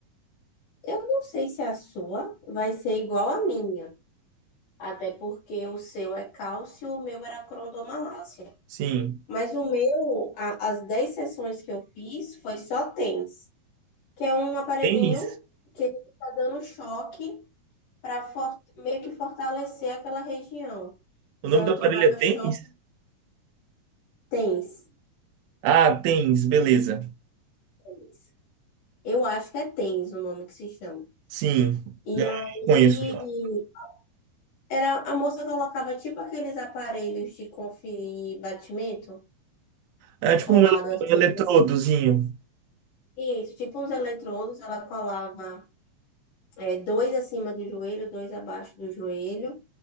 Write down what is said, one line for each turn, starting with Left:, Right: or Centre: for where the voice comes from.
Left: Eu não sei se a sua vai ser igual à minha, até porque o seu é cálcio, o meu era crondomalácia.
Right: Sim.
Left: Mas o meu, a- as 10 sessões que eu fiz foi só TENS, que é um aparelhinho
Right: Tênis?
Left: que ele fica dando choque para meio que fortalecer aquela região.
Right: O
Left: Então
Right: nome do
Left: eu
Right: aparelho
Left: tomava
Right: é
Left: choque
Right: tênis?
Left: TENS.
Right: Ah, tênis, beleza.
Left: TENS. Eu acho que é TENS o nome que se chama.
Right: Sim,
Left: E
Right: eu
Left: aí
Right: não conheço, não.
Left: era a moça colocava tipo aqueles aparelhos de conferir batimento.
Right: É tipo
Left: colado
Right: um ele-
Left: assim,
Right: um eletrodozinho.
Left: né? Isso, tipo uns eletrodos, ela colava é, dois acima do joelho, dois abaixo do joelho,